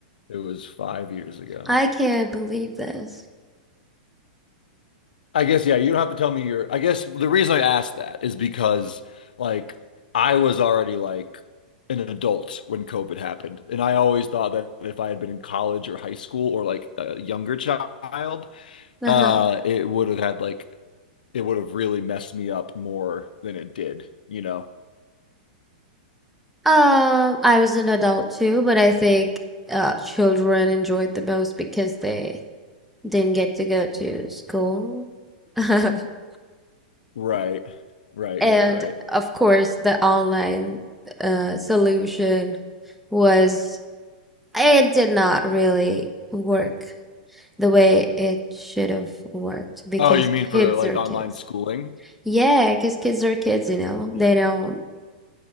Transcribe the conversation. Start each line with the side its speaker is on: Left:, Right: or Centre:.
Left: It was five years ago.
Centre: I can't believe this.
Left: I guess, yeah, you don't have to tell me your. I guess the reason I asked that is because, like, I was already like an adult when COVID happened. And I always thought that if I had been in college or high school or like a younger child,
Centre: Uh-huh.
Left: uh, it would have had like, it would have really messed me up more than it did, you know?
Centre: Um, I was an adult too, but I think uh children enjoyed the most because they didn't get to go to school. <laughs>
Left: Right. Right,
Centre: And
Left: right, right.
Centre: of course, the online uh solution was it did not really work the way it should have worked because
Left: Oh, you mean for
Centre: kids
Left: like
Centre: are
Left: online
Centre: kids.
Left: schooling?
Centre: Yeah, because kids are kids, you know.
Left: Yeah.
Centre: They don't